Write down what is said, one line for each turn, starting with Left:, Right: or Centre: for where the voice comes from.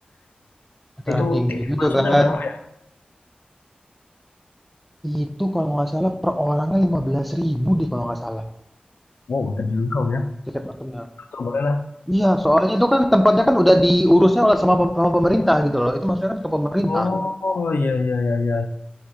Centre: Dataran
Left: itu
Centre: tinggi
Left: tiket
Centre: gitu
Left: masuknya
Centre: kan.
Left: berapa ya?
Centre: Itu kalau nggak salah per orangnya lima belas ribu deh kalau nggak salah.
Left: Wow, terjangkau ya.
Centre: Jaket maksudnya.
Left: Tuh, boleh lah.
Centre: Iya, soalnya itu kan tempatnya kan udah diurusnya oleh sama pem sama pemerintah gitu loh, itu maksudnya kan ke pemerintah.
Left: Oh, iya, iya, iya, iya.